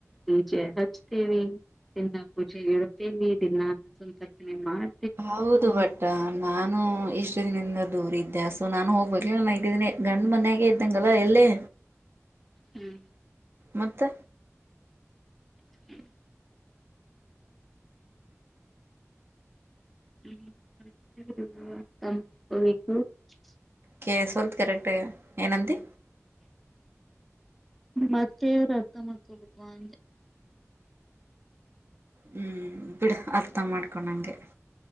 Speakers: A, in the centre; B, on the right.
A: ಪುಜೆ ಹಚ್ ದಿನ ಪೂಜೆ ಇಡ್ತೇವಿ ದಿನಾಸಂತರ್ಪನೆೆ ಮಾಡ
B: ಹೌದು ಹೊಟ್ ನಾನು ಇಷ್ಟು ದಿನದಿಂದ ದೂರ ಇದ್ದೆ ಸೊ ನಾನು ಹೋಗ್ಬೇಕ ನಐಿನ ಗಂಡ್ ಮನ್ಯಾಗೆ ಇದ್ದಂಗ ಅಲ್ಲ ಎಲ್ಲೇ
A: ಹ್ಮ್
B: ಮತ್ತ
A: <inaudible> <unintelligible>
B: ಕೆಸ್ವಲ್ತ್ ಕರೆಕ್ಟ <unintelligible> ಏನಂತಿ
A: ಮತ್ತೆವ್ರ್ ಅರ್ಥ ಮಾಡ್ಕಬೇಕು ಅಂತ
B: ಹ್ಮ್ ಬಿಡ ಅರ್ಥ ಮಾಡ್ಕೊಂಡಂಗೆ